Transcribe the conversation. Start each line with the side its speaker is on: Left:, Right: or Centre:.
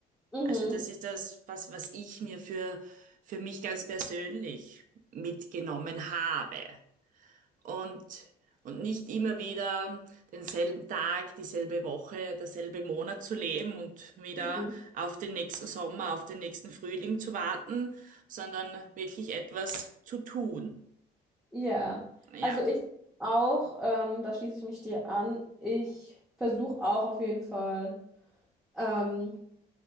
Centre: Mhm.
Right: Also das ist das, was, was ich mir für, für mich ganz persönlich mitgenommen habe und, und nicht immer wieder denselben Tag, dieselbe Woche, derselbe Monat zu leben und wieder
Centre: Mhm.
Right: auf den nächsten Sommer, auf den nächsten Frühling zu warten, sondern wirklich etwas zu tun.
Centre: Ja,
Right: Ja.
Centre: also ich auch, ähm, da schließe ich mich dir an, ich versuche auch auf jeden Fall, ähm,